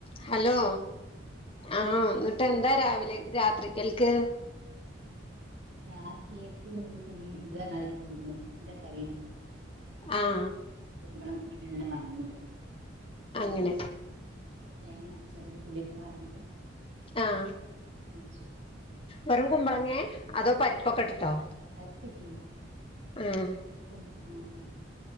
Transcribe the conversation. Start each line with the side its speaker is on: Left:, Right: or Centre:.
Left: ഹലോ
Right: കേക്കില്ലേ
Left: ആഹ് ന്ന് ട്ടെന്താ രാവിലെ രാത്രിക്കൽക്ക്?
Right: ഞാൻ കേക്ക് ഇത് പറഞ്ഞമാതിരി കുമ്പളുംത്തിന്റെ കറിയ്ന്നു ഇവടെ
Left: ആഹ്.
Right: കുമ്പളം ഇന്റെ കഞ്ഞീണ്ടായിരുന്നു അപ്പ
Left: അങ്ങനെ
Right: അത്. തേങ്ങ അര്ച്ച് അതില് പുളിയൊക്കെ പാർന്നിട്ട്.
Left: ആഹ്.
Right: മെച്ചു.
Left: വെറും കുമ്പളങ്ങേ അതോ പരിപ്പൊക്കെട്ടിട്ടോ?
Right: പരിപ്പിട്ടില്ല
Left: ഉം.
Right: കുമ്പളം മാത്രം.